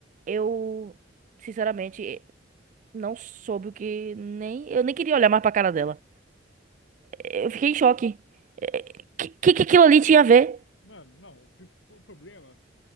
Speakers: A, on the right; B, on the left.
A: eu, sinceramente. Não soube o que nem. Eu nem queria olhar mais pra cara dela. Eu fiquei em choque. É, Que, que, que aquilo ali tinha a ver?
B: Mano, não, o, pri- o problema.